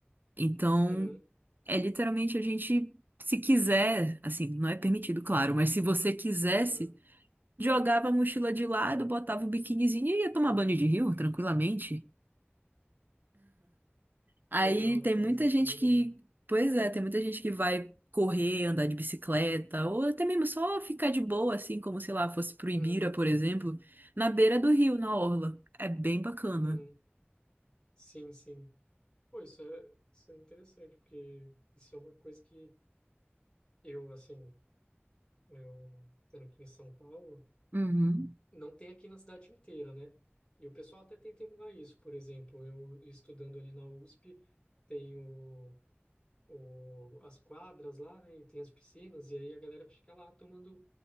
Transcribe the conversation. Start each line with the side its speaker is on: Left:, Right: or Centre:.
Right: Então,
Left: Uhum,
Right: É literalmente a gente, se quiser, assim, não é permitido, claro, mas se você quisesse,
Left: uhum.
Right: jogava a mochila de lado, botava o biquinizinho e ia tomar banho de rio, tranquilamente. Aí
Left: Que legal,
Right: tem
Left: pô,
Right: muita
Left: isso
Right: gente
Left: é maneiro.
Right: que, pois é, tem muita gente que vai correr, andar de bicicleta, ou até mesmo só ficar de boa, assim, como sei lá, fosse pro Ibira,
Left: Uhum,
Right: por exemplo, na beira do rio, na orla. É bem bacana.
Left: uhum. Sim, sim. Pô, isso é, isso é interessante, porque isso é uma coisa que eu, assim, eu estando aqui em São Paulo,
Right: Uhum.
Left: não tem aqui na cidade inteira, né? E o pessoal até tenta emular isso, por exemplo, eu estudando ali na USP, tem o, o, as quadras lá, né, e tem as piscinas, e aí a galera fica lá tomando,